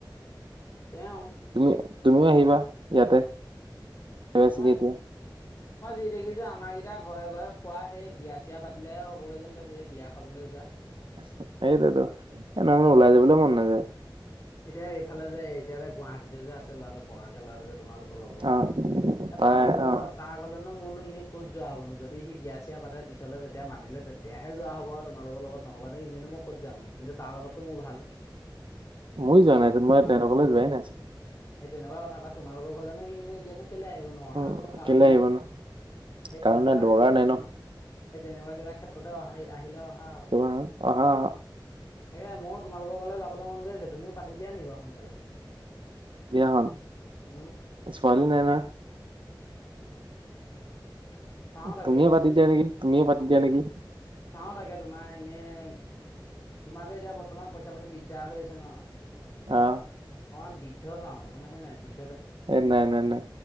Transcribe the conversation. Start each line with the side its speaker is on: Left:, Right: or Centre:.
Left: তেওঁ।
Right: তুমি তুমিও আহিবা ইয়াতে আছিগে
Left: মাল
Right: এতিয়া
Left: মই যি দেখিছো আমাৰ কেইটা ঘৰে ঘৰে খোৱা সেই বিয়া চিয়া পাতিলেহে হ'বগে যেন পাইছোঁ। বিয়া খাবলে যোৱা।
Right: সেইটোৱেটো এইটো টাইমত ওলাই যাবলৈ মন নাযায়।
Left: এতিয়া এইফালে যে এতিয়া যে গুৱাহাটীতে তে আছে ল'ৰাটো বগাকে ল'ৰাটো যে। তোমালোকৰ লগৰ
Right: অ
Left: এ
Right: তাই
Left: তা ঘৰলে ন
Right: অ
Left: তাৰ ঘৰলেনো মোৰ নো এনেই ক'ত যোৱা হ'বনো যদি সি বিয়া চিয়া পাতে পিছলৈ তেতিয়া মাতিলে তেতিয়া বেয়াহে যোৱা হ'ব আৰু তোমালোকৰ লগত নহ'বা এনে মই ক'ত যাম নো কিন্তু তাৰ লগতো মোৰ ভাল।
Right: মইও যোৱা নাই চোন মই তেনেতৰ ঘৰলে যোৱাই নাই চোন
Left: অ সেই তেনেকুৱা কথা বা তোমালোকৰ ঘৰলে নো সি এনেই এতিয়া কেলে আহিব নো।
Right: উম
Left: অহা কোনো কাৰণ
Right: কেলে আহিব
Left: নাই
Right: নো
Left: হে
Right: কাৰণ
Left: তেনেকুৱা
Right: নাই দৰকাৰ
Left: হে
Right: নাই ন
Left: সেই তেনেকুৱা কিবা ক্ষেত্ৰতে অহা আহিলে অহা আও।
Right: তই অহা
Left: তাকে মইও তোমালোকৰ ঘৰলে যাবলৈ মন গৈ আছে তুমিও পাতি দিয়া নি বাও সোনকালে
Right: বিয়াখন
Left: উম
Right: ছোৱালী নাই নহয়
Left: চাওঁ তাকে
Right: তুমিয়ে পাতি দিয়া নেকি, তুমিয়ে পাতি দিয়া নেকি
Left: চাওঁ তাকে তোমাৰ এনেই তোমাৰ তো এতিয়া বৰ্তমান পইচা পাতি দিগদাৰ হৈ আছে ন।
Right: অ'।
Left: অ বৃদ্ধ চাওঁ গম পাইছে বৄ
Right: এ নাই নাই নাই